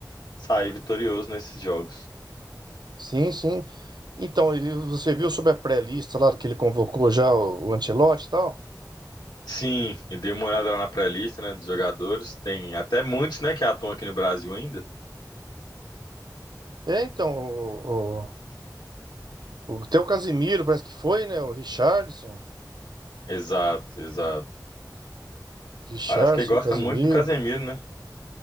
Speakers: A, on the left (about 75°); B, on the right (about 75°).
A: sair vitorioso nesses jogos.
B: Sim, sim. Então, e você viu sobre a pré-lista lá que ele convocou já o, o Ancelotti e tal?
A: Sim, e dei uma olhada lá na pré-lista, né, dos jogadores. Tem até muitos, né, que atuam aqui no Brasil ainda.
B: É, então, o, o, o- até o Casimiro parece que foi, né? O Richarlison.
A: Exato, exato.
B: Richarlison,
A: Parece que ele gosta
B: o Casimiro.
A: muito do Casemiro, né?